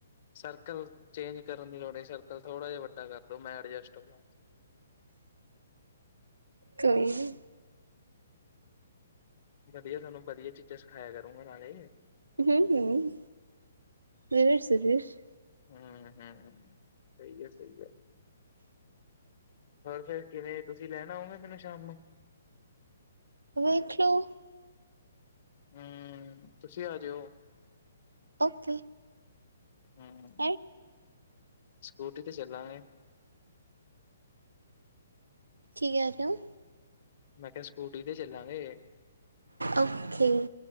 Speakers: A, on the left (about 45°); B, on the right (about 75°).
A: ਸਰਕਲ ਚੇਂਜ ਕਰਨ ਦੀ ਲੋੜ ਨੀ ਸਰਕਲ ਥੋੜਾ ਜਾ ਵੱਡਾ ਕਰਦੋ ਮੈਂ ਅਡਜੈਸਟ ਹੋਜਾ।
B: ਕੋਈ ਨੀ।
A: ਵਧੀਆ ਥੋਨੂੰ ਵਧੀਆ ਚੀਜ਼ਾਂ ਸਿਖਾਇਆ ਕਰੂੰਗਾ ਨਾਲੇ।
B: ਹਮ ਹਮ ਸੀਰਸ਼ ਸੀਰਸ਼।
A: ਹਮ ਹਮ ਸਈ ਐ ਸਈ ਐ। ਹੋਰ ਫਿਰ ਕਿਵੇਂ? ਤੁਸੀਂ ਲੈਣ ਆਓਗੇ ਮੈਨੂੰ ਸ਼ਾਮ ਨੂੰ?
B: ਵੇਖੇਔ।
A: ਹਮ ਤੁਸੀਂ ਆ ਜਔ।
B: ਔਕੇ।
A: ਹੂੰ।
B: <unintelligible>
A: ਸਕੂਟੀ ਤੇ ਚੱਲਾਂਗੇ
B: ਕੀ ਕੈ ਰਏ ਔ।
A: ਮੈਂ ਕਿਆ ਸਕੂਟੀ ਤੇ ਚੱਲਾਂਗੇ।
B: ਔਕੇ।